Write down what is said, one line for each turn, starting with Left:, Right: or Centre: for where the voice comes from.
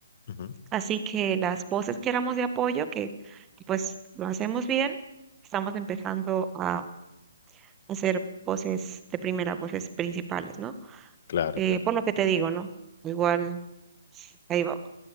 Left: Ujú,
Right: Así que las voces que éramos de apoyo, que pues lo hacemos bien, estamos empezando a hacer voces de primera, voces principales, ¿no?
Left: Claro,
Right: Eh,
Left: claro.
Right: por lo que te digo, ¿no? Igual, pues, ahí vamos.